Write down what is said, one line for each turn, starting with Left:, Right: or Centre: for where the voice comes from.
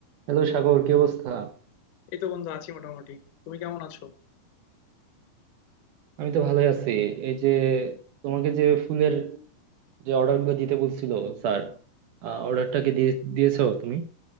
Right: Hello Sagar কি অবস্থা
Left: এই তো বন্ধু আছি মোটামুটি তুমি কেমন আছো
Right: আমি তো ভালোই আছি এই যে তোমাকে যে ফুলের যে অর্ডার গুলো দিতে বলছিল স্যার অর্ডারটা কি দিয়ে দিয়েছো তুমি